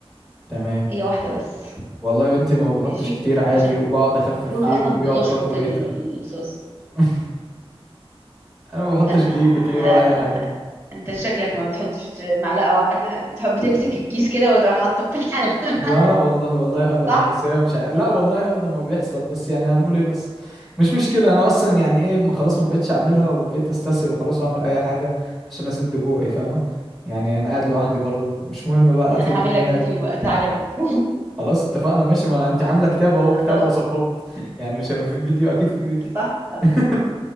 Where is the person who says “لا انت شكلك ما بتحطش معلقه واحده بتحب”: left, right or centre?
Right